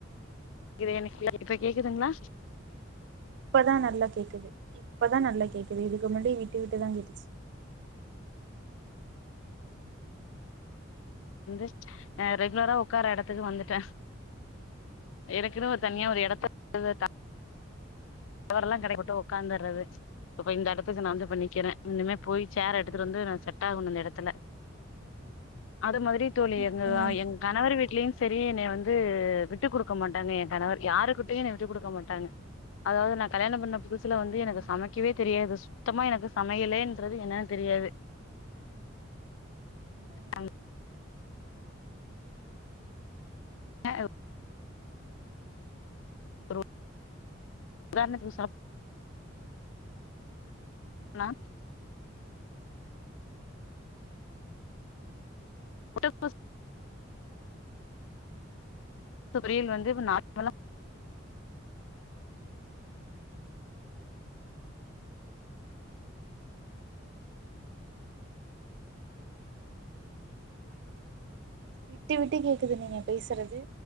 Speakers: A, on the left; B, on the right.
A: இது எனக் இப்ப கேக்குதுங்களா
B: ப்பதா நல்லா கேக்குது இப்பதா நல்லா கேக்குது இதுக்கு முன்னாடி விட்டு விட்டுதா கேட்டுச்சி
A: வந்து ரெகுலரா ஒக்கார எடத்துக்கு வந்துட்டே எனக்குன்னு ஒரு
B: ம்
A: தனியா ஒரு எடத்த <unintelligible> கடயப்போட்டு ஒக்காந்தர்றது இப்ப இந்த எடத்துக்கு நா வந்து இப்ப நிக்கறே இன்னுமே போய்
B: ம்
A: சேர் எடுத்துட்டு வந்து நமக்கு செட் ஆகனு அந்த எடத் தெல்ல அது மாதிரி தோழி
B: ம் ம்
A: எங்க
B: ம்
A: எங்கணவர் வீட் ட்லயு செரி என்னய வந்து விட்டுக் குடுக்க மாட்டாங்க என் கணவர் யாருக்கிட்டயு என்ன விட்டு குடுக்க மாட்டாங்க அதாவது நா கல்யாண பண்ண புதுசுல
B: ம்
A: வந்து எனக்கு
B: ம்
A: சமைக்கவே தெரியாது சுத்தமா எனக்கு சமையலேன்றது என்னா தெரியாது
B: ம்
A: ஆ ஆஹ் ஒரு உ உதாரணத்துக்கு சொ லா <unintelligible> சுபரியில் வந்து இப்ப நார்மலா
B: விட்டு விட்டு கேக்குதுங்க நீங்க பேசுறது